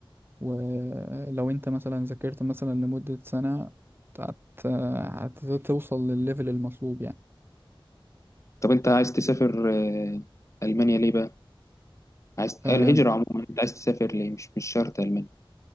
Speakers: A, on the right (about 25°); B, on the left (about 35°).
A: ولو انت مثلا ذاكرت مثلا لمدة سنة هت- هتوصل للليفل المطلوب يعني
B: طب انت عايز تسافر آه، المانيا ليه بقى عايز
A: أم،
B: آه، الهجره عموما انت عايز تسافر ليه مش مش شرط المانيا